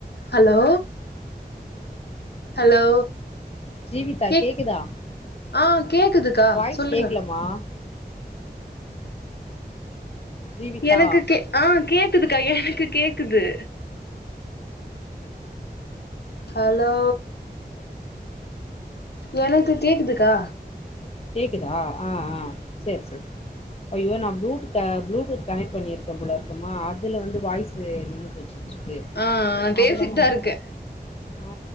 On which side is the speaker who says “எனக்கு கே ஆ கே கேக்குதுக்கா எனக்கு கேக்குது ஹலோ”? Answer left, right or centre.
Left